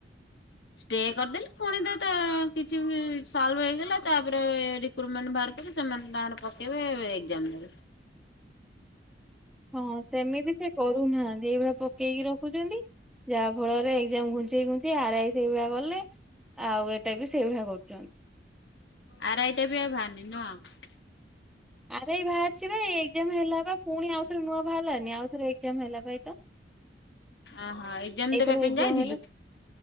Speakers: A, on the left; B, in the centre.
A: ଷ୍ଟେ କରିଦେଲେ ପୁଣି ଦେ ତ କିଛି ସୋଲଭ ହେଇଗଲା ତାପରେ ରିକ୍ୟୁ ଟମେଣ୍ଟ ବାହାର କରି ସେମାନେ ତାଙ୍କର ପକେଇବେ ଏକ୍ସଯାମ ଦେଲେ
B: ହଁ ସେମିତି ସେ କରୁନାହାନ୍ତି ଏଇଭଳିଆ ପକେଇକି ରଖୁଛନ୍ତି ଯାହା ଫଳରେ ଏକ୍ସଯାମ ଘୁଞ୍ଚେଇ ଘୁଞ୍ଚେଇ ଆର ଆଇ ସେଇଭଳିଆ କଲେ ଆଉ ଏଟା ବି ସେଇଭଳିଆ କରୁଛନ୍ତି।
A: ଆର ଆଇ ଟା ବି ବାହାରିନି।। <unintelligible>
B: ଆରାଇ ବାହାରିଛିିବା ଏଇ ଏକ୍ସଯାମ ହେଲା ବା ପୁଣି ଆଉଥରେ ନୂଆ ବାହାରିଲାନି ଆଉ ଥ ଏକ୍ସଯାମ ହେଲା ପା ଏଇ ତ
A: ଅହୋ ଏକ୍ଜାମ
B: ଏଇଥର
A: ଦେବା ପାଇଁ
B: ଏକ୍ସଯାମ୍
A: ଯାଇଥିଲୁ?
B: ହେଲା